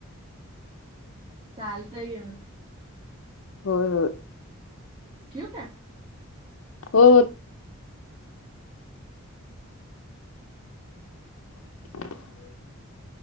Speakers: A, on the right; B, on the left.
A: चालतय <unintelligible>
B: होय होय.
A: ठेवू का?
B: हो. <inaudible>